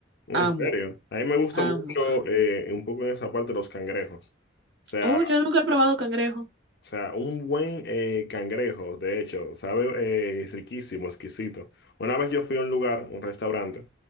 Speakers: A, on the left; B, on the right.
A: En
B: Amo.
A: serio, a mí me gusta
B: Amo.
A: mucho eh, un poco en esa parte los cangrejos. O sea,
B: Oh, yo nunca he probado cangrejo.
A: o sea, un buen eh, cangrejo, de hecho, sabe eh, riquísimo, exquisito. Una vez yo fui a un lugar, un restaurante,